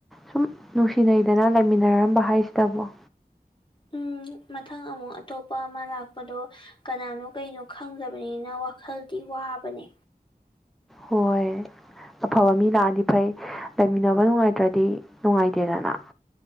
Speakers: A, in the centre; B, on the left.
A: ꯁꯨꯝ ꯅꯨꯡꯁꯤꯅꯩꯗꯅ ꯂꯩꯃꯤꯟꯅꯔꯝꯕ ꯍꯥꯏꯁꯤꯗꯕꯨ
B: ꯎꯝ ꯃꯊꯪ ꯑꯃꯨꯛ ꯑꯇꯣꯞꯄ ꯑꯃ ꯂꯥꯛꯄꯗꯣ ꯀꯅꯥꯅꯣ ꯀꯩꯅꯣ ꯈꯪꯗꯕꯅꯤꯅ ꯋꯥꯈꯜꯗꯤ ꯋꯥꯕꯅꯦ
A: ꯍꯣꯏ ꯑꯐꯕ ꯃꯤ ꯂꯥꯛꯑꯗꯤ ꯐꯩ ꯂꯩꯃꯤꯟꯅꯕ ꯅꯨꯡꯉꯥꯏꯇ꯭ꯔꯗꯤ ꯅꯨꯡꯉꯥꯏꯇꯦꯗꯅ